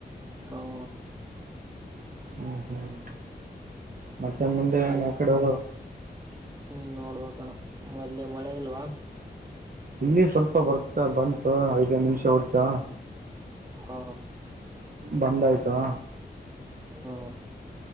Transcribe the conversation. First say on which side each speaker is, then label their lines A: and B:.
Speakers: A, on the right; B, on the right.
A: ಬ್ರೋ <unintelligible>
B: ಹ್ಮ್ ಹ್ಮ್ ಮತ್ತೆ ಮುಂದೆ
A: ಮಲೀ
B: ಏನು ಆ ಕಡೆ ಹೋಗೋ
A: ಹ್ಮ್ ನೋಡ್ಬೇಕಣ ಮಲ್ಲಿ ಮಳೆ ಇಲ್ವಾ
B: ಇಲ್ಲಿ ಸ್ವಲ್ಪ ಬರ್ತ ಬಂತು ಐದೈದು ನಿಮಿಷ ಹುಟಾ.
A: ಹ
B: ಬಂದ ಆಯ್ತವಾ
A: ಹಾ